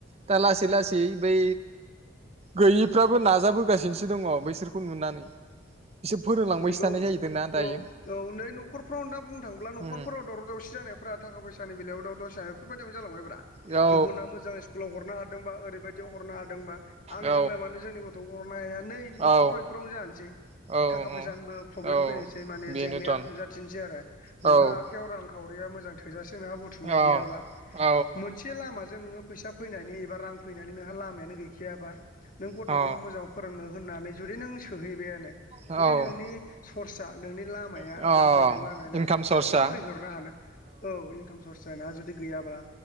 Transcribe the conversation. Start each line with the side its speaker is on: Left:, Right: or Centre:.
Right: दा लासै लासै बै गैयिफ्राबो नाजाबोगासिनोसो दङ बैसोरखौ नुनानै बिसोर फोरोंलांबायसो
Left: नंगौ
Right: थानाय
Left: औ
Right: जाहैदोंना दायो
Left: औ नै न'खरफ्राव दा बुंनो थाङोब्ला न'खरफोराव
Right: उम
Left: दावराव दावसि जानायफोरा थाखा फैसानि बेलायाव दावराव दावसिया बेफोरबायदिनो जालांबाय ब्रा
Right: औ औ
Left: गुबुना मोजां सकुलाव हरनो हा दोंबा ओरैबायदि हरनो हादोंबा आं
Right: औ
Left: जोंलाय मानो जोंनि गथ' <unintelligible> माय नै न'खरफ्राव
Right: औ
Left: एफोरावनो जानोसै
Right: औ
Left: थाखा
Right: औ
Left: फैसानिबो प्रब्लेम
Right: औ
Left: फैनोसै माने
Right: बेनोथन
Left: जेंनाया नुजाथिनोसै आरो
Right: औ
Left: नोंहा आखाइयाव रां खावरिया मोजां थोजासे नाहा बुथुमनाय
Right: अ
Left: गैयाब्ला
Right: औ
Left: मोनसे लामाजों नोङो फैसा फैनायनि एबा रां फैनानै नोंहा लामायानो गैखायाबा नों गथ'खौल'
Right: अ
Left: मोजां फोरोंनो होननानै जुदि नों सोहैबायानो
Right: औ
Left: जुदि नोंनि सर्सा नोंनि लामाया
Right: अ
Left: रां फैनायनि लामाया नोंहा
Right: इनकाम
Left: गैखायाबा
Right: सर्सआ
Left: माबोरै हरनो हानो औ इनकाम स र्सा ना जुदि गैयाब्ला